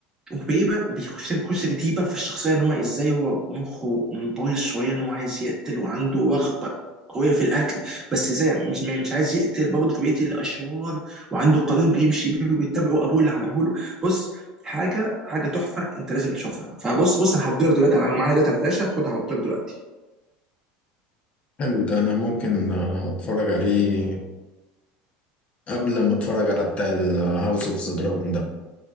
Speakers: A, on the right; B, on the left.
A: وبايه بقى وبيخش يخش جديد بقى في الشخصيه ان هو ازاي هو مخه بايظ شويه ان هو عايز يقتل وعنده رغبه قويه في القتل بس ازاي يعني مش مش عايز يقتل برضه فبيقتل الاشرار وعنده قانون بيمشي بيه وبيتبعه ابوه اللي عمله له بص حاجه حاجه تحفه انت لازم تشوفها فبص بص انا هديلك دلوقتي انا معايا دلوقتي على فلاشه خدها هديلك دلوقتي
B: حلو ده أنا ممكن آه، أتفرج عليه قبل ما أتفرج على بتاع الهاوس أوف ذا دراجون ده